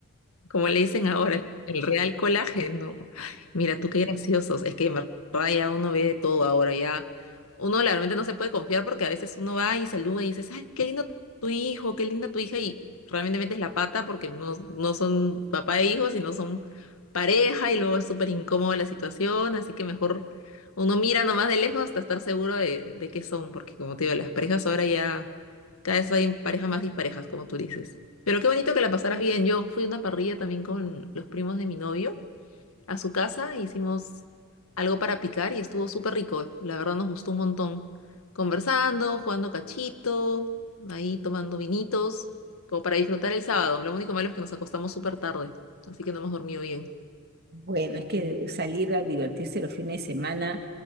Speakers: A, on the left (about 80°); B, on the right (about 50°).
A: como le dicen ahora, el real colágeno. Mira, tú qué graciosos. Es que en verdad ya uno ve de todo ahora, ya uno realmente no se puede confiar porque a veces uno va y saluda y dices, ay, qué lindo tu hijo, qué linda tu hija, y realmente metes la pata porque no, no son papá e hijo, sino son pareja y luego es súper incómoda la situación, así que mejor uno mira nomás de lejos hasta estar seguro de, de qué son, porque como te digo, las parejas ahora ya cada vez hay parejas más disparejas, como tú dices. Pero qué bonito que la pasaras bien. Yo fui a una parrilla también con los primos de mi novio a su casa, e hicimos algo para picar y estuvo súper rico. La verdad nos gustó un montón. Conversando, jugando cachito, ahí tomando vinitos, como para disfrutar el sábado. Lo único malo es que nos acostamos súper tarde, así que no hemos dormido bien.
B: Bueno, es que salir a divertirse los fines de semana,